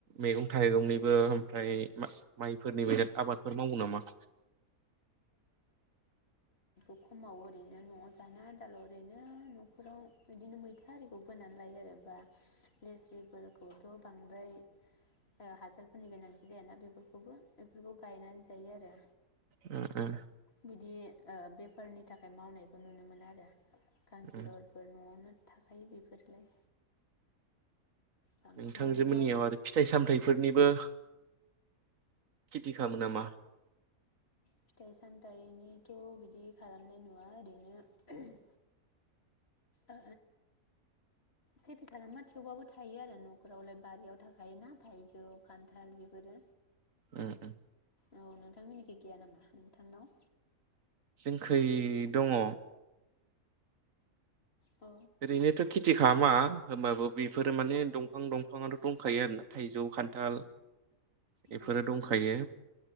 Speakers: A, on the right; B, on the left.
A: मैगं थाइगंनिबो ओमफ्राय मा-माइफोरनि बोराद आबादफोर मावो नामा?
B: खमाव ओरैनो न'आव जानो आन्थाल' ओरैनो न'खराव बिदिनो मैथा आरिखौ फोनानै लायो आरो बा लेस्रिफोरखौथ' बांद्राय ओ हासारफोरनि गोनांथि जाया ना बेफोरखौबो बेफोरखौ गायनानै जायो आरो।
A: उम उम
B: बिदि ओ बेफारनि थाखाय मावनायखौ नुनो मोनाआरो। खांखिलरफोर
A: उम
B: न'आवनो थाखायो बेफोरलाय बांसिनानो
A: नोंथांजो
B: मावो
A: मोननियाव आरो फिथाइ सामथाइफोरनिबो खेथि खामो नामा?
B: फिथाइ सामथाइनिथ' बिदि खालामनाय नुवा ओरैनो ओ खेथि खालामा थेवबाबो थायो आरो न'खरावलाय बारियाव थाखायो ना थाइजौ खान्थाल बेफोरो
A: उम उम
B: औ नोंथांमोननिखै गैया नामा नोंथांनाव
A: जोंखै दङ'
B: औ
A: ओरैनोथ' खेथि खालामा होमबाबो बेफोरो माने दंफां- दंफांआथ' दंखायो आरो ना थाइजौ खान्थाल बेफोरो
B: औ
A: दंखायो